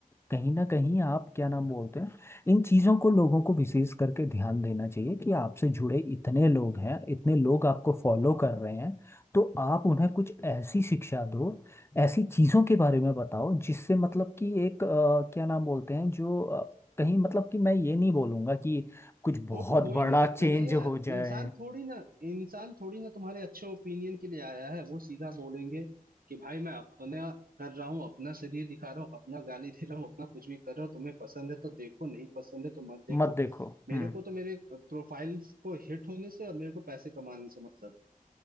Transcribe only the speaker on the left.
कहीं ना कहीं आप क्या नाम बोलते हैं इन चीज़ों को लोगों को विशेष करके ध्यान देना चाहिए कि आपसे जुड़े इतने लोग हैं इतने लोग आपको फॉलो कर रहे हैं तो आप उन्हें कुछ ऐसी शिक्षा दो ऐसी चीज़ों के बारे में बताओ जिससे मतलब कि एक अ, क्या नाम बोलते हैं जो अ, कहीं मतलब कि मैं ये नहीं बोलूँगा कि कुछ बहुत
बड़ा
चेंज
हो जाए
मत देखो
हम्म